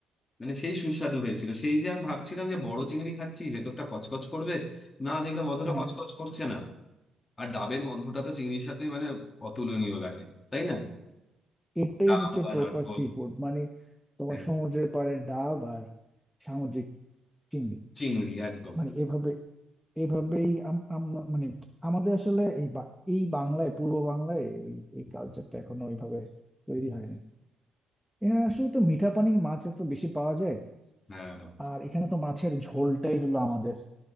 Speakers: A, on the left (about 30°); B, in the centre.
A: মানে সেই সুস্বাদু হয়েছিল সেই যে আমি ভাবছিলাম যে বড় চিংড়ি খাচ্ছি ভেতরটা কচকচ করবে না দেখলাম অতটা
B: হ্যাঁ
A: কচকচ
B: হ্যাঁ।
A: করছে না আর ডাবের গন্ধটা তো চিংড়ির সাথে মানে অতুলনীয় লাগে তাই না
B: এটাই
A: ডাব
B: হচ্ছে
A: বা
B: প্রপার
A: নারকোল
B: সি ফুড মানে তোমার
A: হ্যাঁ,
B: সমুদ্রের পাড়ে ডাব আর সামুদ্রিক চিংড়ি
A: চিংড়ি একদম
B: মানে এভাবে এভাবেই আম- আমরা মানে আমাদের আসলে এই বা- এই বাংলায় পূর্ব বাংলায় এই এই কালচারটা এখনো ওইভাবে তৈরি হয়নি এখানে আসলে তো মিঠা পানির মাছ এত বেশি পাওয়া যায়
A: হ্যাঁ
B: আর এখানে তো মাছের ঝোলটাই হলো আমাদের